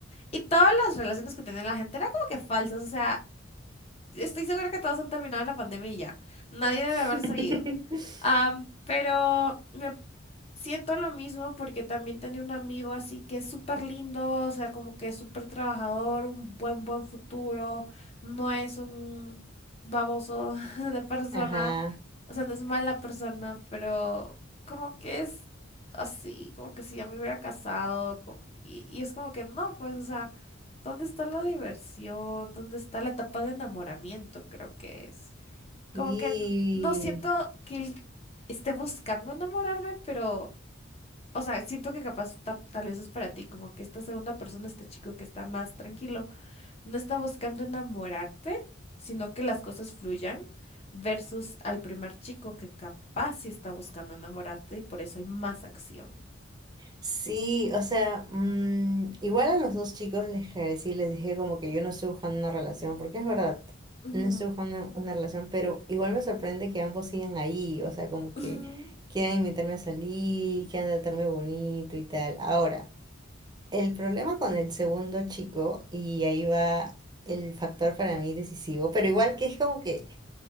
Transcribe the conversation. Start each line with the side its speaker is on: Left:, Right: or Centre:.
Left: Y todas las relaciones que tenía la gente eran como que falsas, o sea, estoy segura que todos han terminado en la pandemia y ya. Nadie debe
Right: <laughs>
Left: haber seguido. Am, pero me siento lo mismo porque también tenía un amigo así que es súper lindo, o sea, como que es súper trabajador, un buen, buen futuro, no es un baboso <laughs> de persona,
Right: Ajá.
Left: o sea, no es mala persona, pero como que es así, como que si ya me hubiera casado, como- y, y es como que no, pues, o sea... ¿Dónde está la diversión? ¿Dónde está la etapa de enamoramiento? Creo que es.
Right: Sí.
Left: Como que n- no siento que él esté buscando enamorarme, pero, o sea, siento que capaz ta- tal vez es para ti, como que esta segunda persona, este chico que está más tranquilo, no está buscando enamorarte, sino que las cosas fluyan, versus al primer chico que capaz sí está buscando enamorarte y por eso hay más acción.
Right: Sí, o sea, mm, igual a los dos chicos les esclarecí, les dije como que yo no estoy buscando una relación, porque es verdad,
Left: Ujú,
Right: no estoy buscando una relación, pero igual me sorprende que ambos sigan ahí, o sea, como que
Left: ujú,
Right: quieran invitarme a salir, quieran tratarme bonito y tal. Ahora, el problema con el segundo chico, y ahí va el factor para mí decisivo, pero igual que es como que